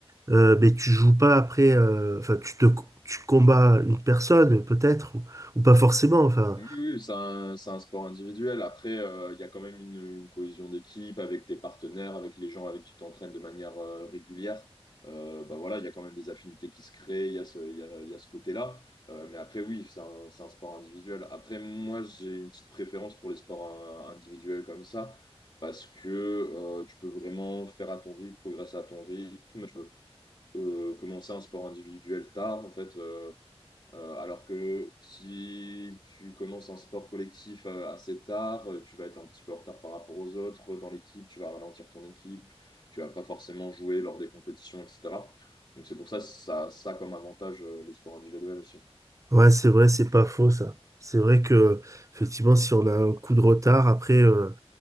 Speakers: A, on the right (about 30°); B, on the left (about 45°).
A: Euh, mais tu joues pas après, euh, enfin, tu te, tu combats une personne, peut-être, ou, ou pas forcément, enfin.
B: Oui, oui, oui, c'est un, c'est un sport individuel. Après, euh, il y a quand même une, une cohésion d'équipe avec tes partenaires, avec les gens avec qui tu t'entraînes de manière euh, régulière. Euh, bah voilà, il y a quand même des affinités qui se créent, il y a ce, il y a, il y a ce côté-là. Euh, mais après, oui, c'est un, c'est un sport individuel. Après, moi, j'ai une petite préférence pour les sports euh, individuels comme ça, parce que euh, tu peux vraiment faire à ton rythme, progresser à ton rythme. Tu peux euh, commencer un sport individuel tard, en fait. euh, euh, alors que si tu commences un sport collectif euh, assez tard, euh, tu vas être un petit peu en retard par rapport aux autres euh, dans l'équipe, tu vas ralentir ton équipe, tu vas pas forcément jouer lors des compétitions, etc. Donc c'est pour ça, ça, ça comme avantage, euh, les sports individuels aussi.
A: Ouais, c'est vrai, c'est pas faux, ça. C'est vrai que, effectivement, si on a un coup de retard, après, euh,